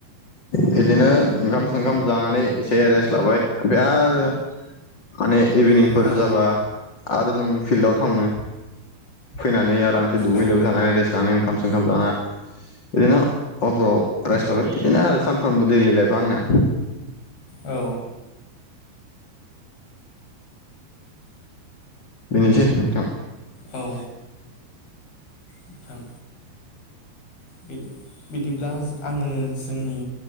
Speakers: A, on the left; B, on the left.
A: बिदिनो ओंखाम संखाम जानानै एसे रेस्ट लाबाय ओमफाय आरो माने इभिनिंफोर
B: औ
A: जाबा आरो जों फिल्डआव थाङो फैनानै आरामसे दुगै
B: औ
A: लोबै जानानै रेस्ट लानाय ओं खाम सोंखाम जाना बिदिनो <unintelligible> रेस्ट लाबाय बिदिनो आरो सानफ्रोमबो दैलि लाइफआ आंनिया।
B: औ
A: बेनोसै नोंथां।
B: औ नोंथां बिदि बिदि बिदिब्ला आङो जोंनि